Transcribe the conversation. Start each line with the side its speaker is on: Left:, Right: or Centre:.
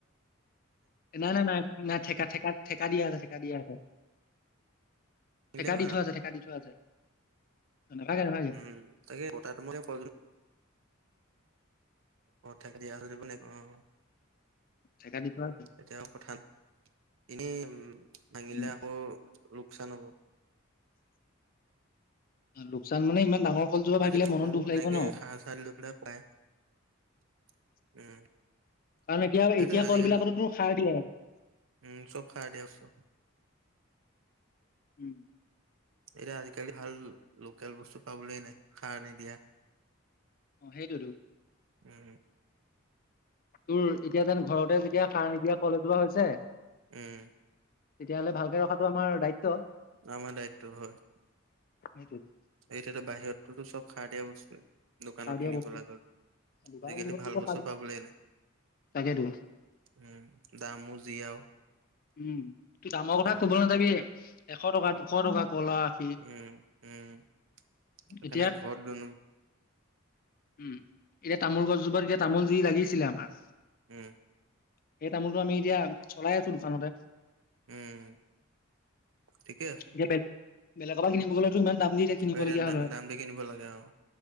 Left: নাই, নাই, নাই, নাই কা ঠেকা দিয়া আছে, ঠেকা দিয়া আছে।
Right: ভাঙিলে
Left: ঠেকা
Right: হয়
Left: দি
Right: আৰু
Left: থোৱা আছে, ঠেকা দি থোৱা আছে। নাভাগে নাভাগে
Right: উম তাকে কথাটো মই ক অ' থাকে দিয়া <unintelligible> নে অ'
Left: ঠেকা দি থোৱা আছে
Right: তেতিয়া আৰু কথা ন এনেই উম, ভাঙিলে
Left: উম,
Right: আকৌ লোকচান হ'ব।
Left: লোকচান মানে ইমান ডাঙৰ কলজোপা ভাগিলে
Right: আগতে
Left: মনত
Right: কৰো
Left: দুখ
Right: এনেকে
Left: লাগিব ন
Right: খাৰ সাৰ দি পেলাই পকাই উম,
Left: কাৰণ এতিয়া,
Right: সেইটোয়ে
Left: এতিয়া
Right: আজিকালি
Left: কল বিলাকতো সাৰ দিয়ে।
Right: উম, চব খাৰ দিয়া বস্তু।
Left: উম,
Right: এতিয়া আজিকালি ভাল লোকেল বস্তু পাবলৈ নাই সাৰ নিদিয়া। <inaudible>
Left: অ' সেইটোৱেইতো।
Right: উম,
Left: তোৰ এতিয়া যেন ঘৰতে যেতিয়া খাৰ নিদিয়া কলে যোৱা হৈছে।
Right: উম,
Left: তেতিয়াহ'লে ভালকে ৰখাটো আমাৰ দায়িত্ব।
Right: আমাৰ দায়িত্ব হয়
Left: সেইটোৱেটো
Right: এতিয়া তো বাহিৰতোতো চব খাৰ দিয়া বস্তুৱেই। দোকানত
Left: সাৰ দিয়া
Right: কিনিবলৈ
Left: বস্তু
Right: গ'ল
Left: দোকানত
Right: আজিকালি
Left: কিনিব গ'লেও
Right: ভাল বস্তু
Left: সাৰ দিয়ে
Right: পাবলৈ নাই।
Left: তাকেতো
Right: উম দামো যি আৰু।
Left: উম। দামৰ
Right: উম,
Left: কথা কবলৈ নাযাবি এশ টকা দুশ টকা কলা আখি।
Right: উম উম। সেইটাকাৰণে
Left: এতিয়া
Right: ঘৰত ৰুই দিওঁ।
Left: উম এতিয়া তামোল গছজোপাত এতিয়া তামোল যি লাগিছিলে আমাৰ
Right: উম।
Left: সেই তামোলটো আমি এতিয়া চলাই আছো দোকানতে।
Right: উম ঠিকে আছে
Left: এতিয়া বেলেগৰ পৰা কিনিব গ'লেতো ইমান দাম। দি এতিয়া কিনিবলগীয়া
Right: আৰু এতিয়া
Left: হ'ল হয়।
Right: দামটো কিনিব লাগে আৰু